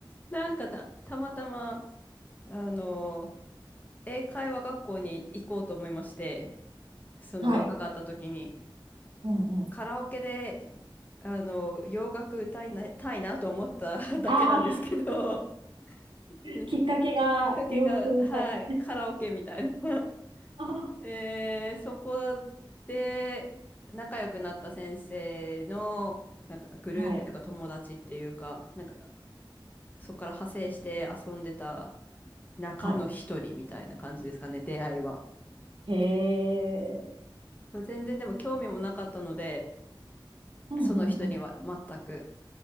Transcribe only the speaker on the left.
なんかた、たまたま、あのー、英会話学校に行こうと思いまして、その若かった時に、
カラオケで、あのー、洋楽歌いな、たいなと思った <laughs> だけなんですけど、
うん
きっかけが、はい、カラオケみたいな。
えー、そこで仲良くなった先生のなんかグループというか友達っていうか、
なんかそこから派生して遊んでた中の一人みたいな感じですかね、
出会いは。
うん全然でも興味もなかったので、
その人には全く。